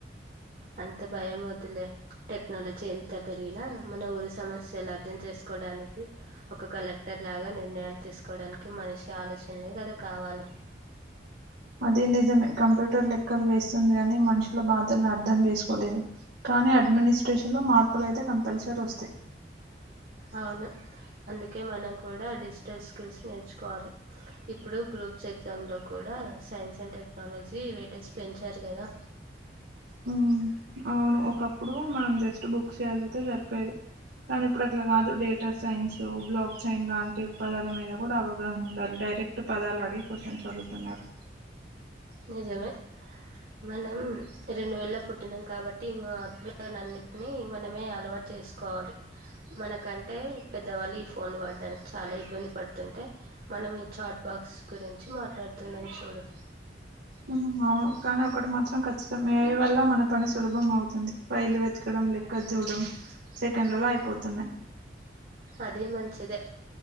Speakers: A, on the right; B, on the right.
A: అంత భయం వద్దులే టెక్నాలజీ ఎంత పెరిగినా మన ఊరి సమస్యలు అర్థం చేస్ కోడానికి ఒక కలెక్టర్ లాగా నిర్ణయాలు తీసుకోవడానికి మనిషి ఆలోచనలే కదా కావాలని
B: అది నిజమే కంప్యూటర్ లెక్కలు వేస్తుంది గానీ మనుషుల బాధలను అర్థం చేసుకోలేదు కానీ అడ్మినిస్ట్రేషన్లో మార్పులయితే కంపల్సరీ వస్తాయి
A: అవును అందుకే మనం కూడా డిజిటల్ స్కిల్స్ నేర్చుకోవాలి ఇప్పుడు గ్రూప్స్ ఎగ్జామ్ లో కూ డా సైన్స్ అండ్ టెక్నాలజీ వెయిటేజ్ పెంచారు కదా
B: హ్మ్ అవును ఒకప్పుడు మనం జస్ట్ బుక్స్ చదివితే సరిపోయేది కానీ ఇప్పుడు అట్లా కాదు డేడ్ సైన్స్ బ్లాక్ సైన్ లాంటి పదాల మీద కూడా అవగాహన ఉండాలి డైరెక్ట్ పదాలు అడిగి క్వశ్చన్ అడుగుతున్నారు
A: నిజమే మనం రెండు వేలో పుట్టినాం కాబట్టి మా అప్పున్నింటిని మనమే అలవాట్ చేసుకోవాలి మన కంటే పెద్ద వాళ్ళు ఈ ఫోన్లు వాడడానికి చాలా ఇబ్బంది పడుతుంటే మనం ఈ చాట్ బాక్స్ గురించి మాట్లాడ్ తునన్ చూడు
B: ఆ అవును కానీ ఒకటి మాత్రం మే ఐ వల్ల మన పని సులభం అవుతుంది ఫైలు వెతకడం లెక్క చూడడం సెకండ్లలో అయిపోతున్నాయ్
A: అది మంచిదే